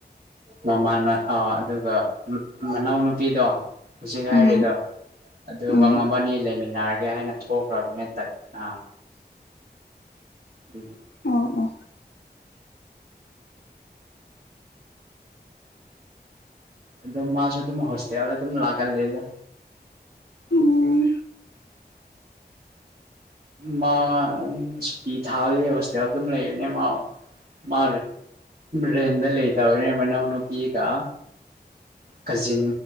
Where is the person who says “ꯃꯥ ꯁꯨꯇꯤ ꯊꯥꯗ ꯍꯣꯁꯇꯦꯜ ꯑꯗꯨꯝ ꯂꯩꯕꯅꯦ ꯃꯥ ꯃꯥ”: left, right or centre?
Right